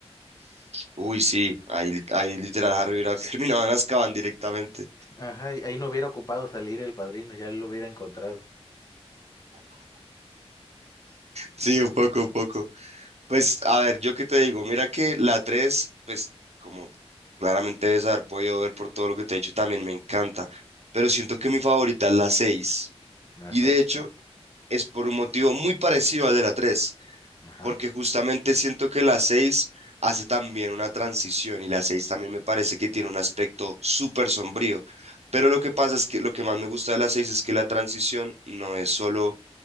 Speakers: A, on the right; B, on the left.
A: Uy, sí, ahí, ahí literal Harry Burak terminaban <laughs> Azkaban directamente.
B: Ajá, y ahí no hubiera ocupado salir el padrino, ya lo hubiera encontrado.
A: Sí, un poco, un poco. Pues, a ver, yo qué te digo, mira que la 3, pues, como claramente debes haber podido ver por todo lo que te he dicho, también me encanta. Pero siento que mi favorita es la seis
B: La
A: Y de
B: sexta.
A: hecho, es por un motivo muy parecido al de la tres.
B: Ajá,
A: porque justamente siento que la 6 hace también una transición y la 6 también me parece que tiene un aspecto súper sombrío. Pero lo que pasa es que lo que más me gusta de la 6 es que la transición no es solo